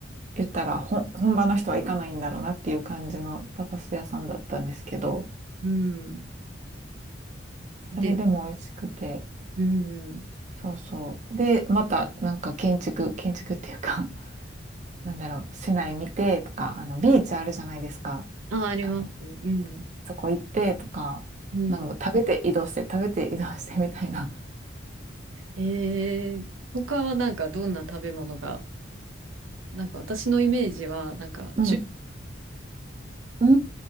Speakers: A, on the right; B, on the right.
A: 言ったら本、本場の人は行かないんだろうなっていう感じのタパス屋さんだったんですけど、
B: うん。で、
A: それでも美味しくて、
B: うん。
A: そうそう。で、またなんか建築、建築っていうか <laughs> なんだろう、市内見てとか、あの、ビーチあるじゃないですか。
B: あ、ありますね。
A: あの、
B: うん、
A: そこ行ってとか、
B: うん。
A: なんか食べて移動して、食べて移動してみたいな。
B: えー、他はなんかどんな食べ物が、なんか私のイメージは、なんか、
A: うん。
B: チュ
A: うー